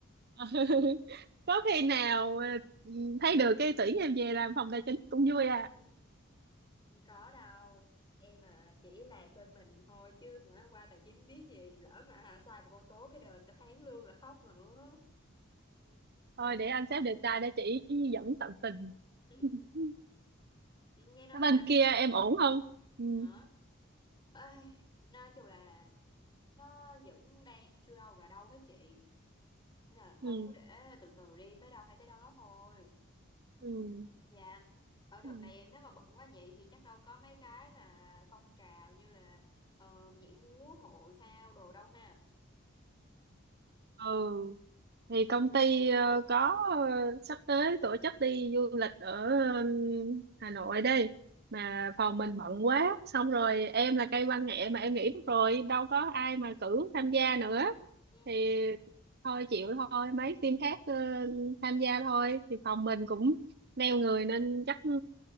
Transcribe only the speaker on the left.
<laughs>
Không có đâu em là chỉ làm bên mình thôi chứ hả qua tài chính biết gì lỡ mà hả sai một con số cái đền cả tháng lương là khóc nữa
<laughs>
nghe nói
là
đó Ây, nói chung là nó vẫn đang chưa đâu vào đâu hết chị nên là thôi
cứ để từ từ đi tới đâu hay tới đó thôi
dạ ở đợt
này nếu mà bận quá vậy thì chắc đâu có mấy cái mà phong trào như là ờ, nhảy múa hội thao đồ đâu ha
ừ